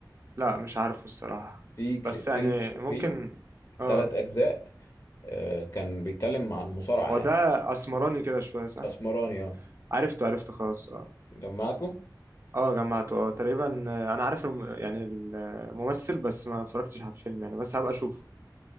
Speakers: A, on the right; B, on the left.
A: لا مش عارفه الصراحه
B: في كري...
A: بس يعني
B: فيلم اسمه
A: ممكن
B: كريد
A: اه
B: ثلاث أجزاء آه كان بيتكلم عن مصارعة
A: هو
B: يعني
A: ده اسمراني كده شويه صح
B: أسمراني اه
A: عرفته عرفته خلاص آه.
B: جمعته
A: اه جمعته اه تقريبا آه، انا عارف الم... يعني الممثل بس ما اتفرجتش على الفيلم يعني بس هبقى اشوفه